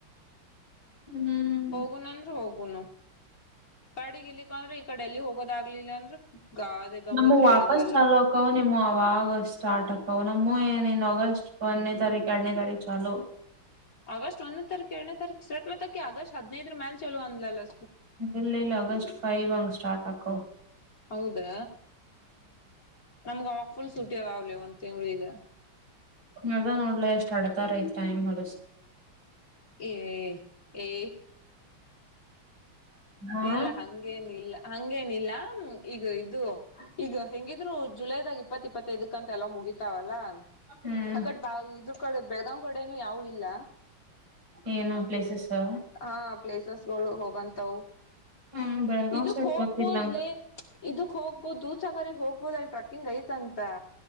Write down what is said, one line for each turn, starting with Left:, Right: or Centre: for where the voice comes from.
Right: ಹ್ಮ್
Left: ಹೋಗುನಂದ್ರ ಹೋಗುನು ಕಡೆಗ ಇಲ್ಲಿಗ್‌ಬರಿ ಈ ಕಡೆ ಎಲ್ಲಿ ಹೋಗದಗ್ಲಿಲ್ಲ ಅಂದ್ರ ಗಾದೆ ಗಂಗೋತ್ರಿ
Right: ನಮ್ಮ ವಾಪಸ್
Left: ಹೇಳದ್ಲಲ್ಲ
Right: ಚಲ್ ಹಕವ ನಿಮ್ಮ ಅವಾಗ ಸ್ಟಾರ್ಟ್ ಆವನ ಉಯೆನಿನ್ನೆನ್ ಆಗಸ್ಟ್ ಒನ್ನೆ ತಾರೀಕ್ ಯಾರ್ಡ್ನೆ ತಾರೀಕ್ ಚಾಲೋ
Left: ಆಗಸ್ಟ್ ಒಂದೇ ತಾರಿಕ್ ಎರಡನೇ ತಾರಿಕ್ <unintelligible> ಆಗಸ್ಟ್ ಹದಿನೈದರ ಮೇಲೆ ಚಲೋ ಅಂಥಲ್ಲ
Right: ಇಲ್ಲಿಲ್ಲಾ ಆಗಸ್ಟ್ ಫೈವ್ ಅಂಗ್ ಸ್ಟಾರ್ಟ್ ಅಕ್ಕವು
Left: ಹೌದಾ ನಮಗ ಅವಾಗ ಫುಲ್ ಸುಟಿ ಅದಾವಲಿ ಒಂದ್ ತಿಂಗ್ಲಾ ಈಗ
Right: ಅದಾ ನೋಡ್ಲಿ ಎಷ್ಟ್ ಅಡ್ತಾರೈಐ ಟೈಮ್ ಹೊಲಸ
Left: ಏ ಏ
Right: ಹಾ
Left: ಇಲ್ಲ ಹಂಗೇನಿಲ್ಲ ಹಂಗೇನಿಲ್ಲ ಈಗ ಇದು ಈಗ ಹೆಂಗಿದ್ರು ಜುಲೈದಾಗ ಇಪ್ಪತ್ತ ಇಪ್ಪತ್ತೈದ ಂತ ಎಲ್ಲ ಮುಗಿತಾವಲ್ಲ
Right: ಹ್ಮ್
Left: ಆಕಡೆ ಬ ಇದ್ರ ಕಡೆ ಬೆಳಗಾಂ ಕಡೆನು ಯಾವು ಇಲ್ಲ
Right: ಏನು ಪ್ಲೇಸಸ್ಸ
Left: ಹ ಪ್ಲೇಸಸ್ಗಳು ಹೋಗಂತವು
Right: ಹ್ಮ್ ಬೆಳಗಾವ್
Left: ಇದಕ್
Right: ಸೈಡ್
Left: ಹೋಗ್ಬೋದ್ಲಿ
Right: ಗೊತ್ತಿಲ್ಲ ನಂಗ
Left: ಇದಕ್ ಹೋಗ್ಬಹದು ದೂಸಗರಗ್ ಹೋಗ್ಬಹುದು ಅಲ್ಲಿ ಟ್ರಕ್ಕಿಂಗ್ ಐತಂತ